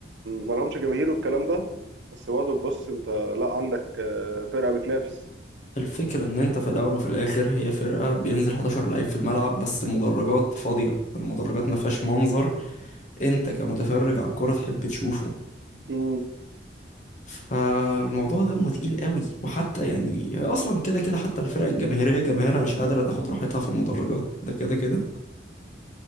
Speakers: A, on the right; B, on the left.
A: ما لهمش جماهير والكلام ده بس برضه بص انت لا عندك آه، فرقه بتنافس
B: الفكرة إن أنت في الأول وفي الآخر هي فرقة بينزل 11 لعيب في الملعب بس المدرجات فاضية المدرجات ما فيهاش منظر أنت كمتفرج على الكورة تحب تشوفه
A: مم.
B: فالموضوع ده تقيل قوي وحتى يعني أصلا كده كده حتى الفرق الجماهيرية جماهيرها مش قادرة تاخد راحتها في المدرجات ده كده كده